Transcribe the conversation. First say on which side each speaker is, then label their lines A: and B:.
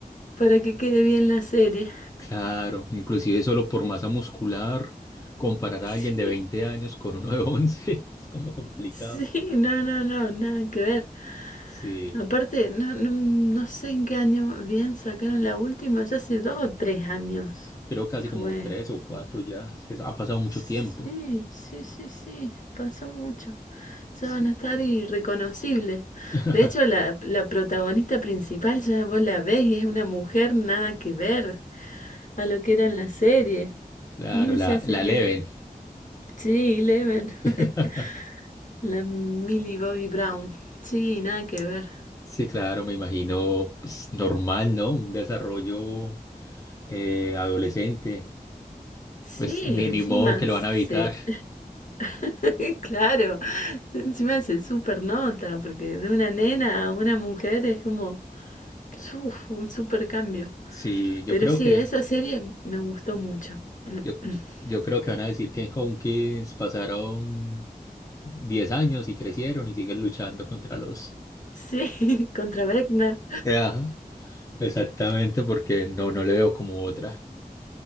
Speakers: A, on the left; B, on the left.
A: para que quede bien la serie.
B: Claro, inclusive solo por masa muscular, comparar
A: <laughs>
B: a alguien de 20 años con uno de 11 <laughs> es como complicado.
A: Sí, sí, no, no, no, nada que ver.
B: Sí,
A: Aparte, no, no, no sé en qué año bien sacaron la última, ya hace dos o tres años
B: creo casi como
A: fue.
B: tres o cuatro ya, es que ha pasado mucho
A: Sí,
B: tiempo.
A: sí, sí, sí, pasó mucho.
B: Sí.
A: Ya van a estar irreconocibles.
B: <laughs>
A: De hecho, la, la protagonista principal ya vos la ves y es una mujer nada que ver a lo que era en la serie.
B: Claro,
A: Ni
B: la,
A: se asemeja.
B: la leven.
A: Sí, Eleven.
B: <laughs>
A: <laughs> La Millie Bobby Brown. Sí, nada que ver.
B: Sí, claro, me imagino, pues, normal, ¿no? Un desarrollo eh, adolescente,
A: Sí,
B: pues ni,
A: encima
B: ni modo que lo van a evitar.
A: se... <laughs> Claro, encima se super nota, porque de una nena a una mujer es como uf, un super cambio.
B: Sí, yo
A: Pero
B: creo
A: sí,
B: que
A: esa serie me gustó mucho. <clears throat>
B: Yo, yo creo que van a decir que en Homekins pasaron 10 años y crecieron y siguen luchando contra los...
A: Sí, <laughs> contra Beckner.
B: Ajá, exactamente, porque no, no le veo como otra.